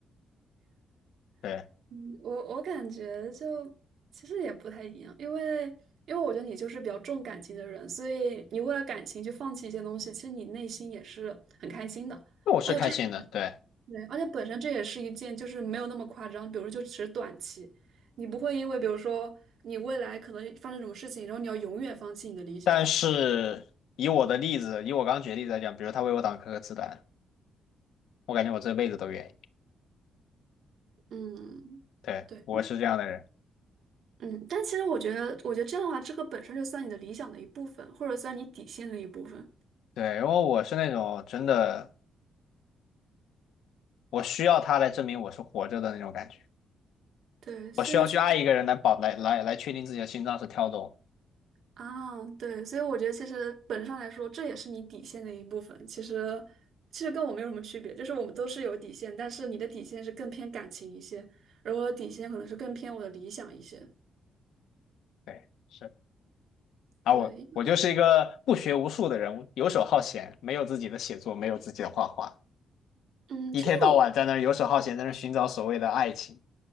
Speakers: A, on the left; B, on the right.
A: 对，
B: 嗯我我感觉就其实也不太一样，因为因为我觉得你就是比较重感情的人，所以你为了感情去放弃一些东西，其实你内心也是很开心的，
A: 那我是开心的，
B: 而且这
A: 对，
B: 对，而且本身这也是一件就是没有那么夸张，比如说就只是短期，你不会因为比如说你未来可能发生什么事情，然后你要永远放弃你的理想，
A: 但是以我的例子，以我刚举的例子来讲，比如他为我挡颗子弹，我感觉我这辈子都愿意。
B: 嗯。
A: 对，
B: 对。
A: 我是这样的人。
B: 嗯，但其实我觉得，我觉得这样的话，这个本身就算你的理想的一部分，或者算你底线的一部分。
A: 对，因为我是那种真的，我需要他来证明我是活着的那种感觉。
B: 对，
A: 我需要去爱一个人来保来来来确定自己的心脏是跳动的。
B: 所以其啊，对，所以我觉得其实本质上来说，这也是你底线的一部分。其实，其实跟我没有什么区别，就是我们都是有底线，但是你的底线是更偏感情一些，而我的底线可能是更偏我的理想一些。
A: 对，是。而我我就是一个不学无术的人，
B: 对，
A: 游手好闲，没有自己的写作，没有自己的画画，
B: 嗯，
A: 一天到晚在那儿游手好闲，
B: 其实我，
A: 在那儿寻找所谓的爱情，